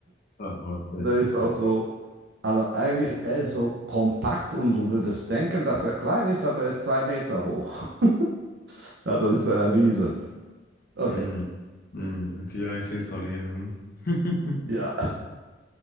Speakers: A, on the left (about 55°); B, on the right (about 60°).
A: Ah, aber vielleicht,
B: Da ist
A: okay.
B: auch so, aber eigentlich er ist so kompakt und du würdest denken, dass er klein ist, aber er ist zwei Meter hoch. <laughs> Also ist er ein Riesen. Okay,
A: Hm. Hm. Okay, ja, ich sehe es gerade hier. Hm. <laughs>
B: ja,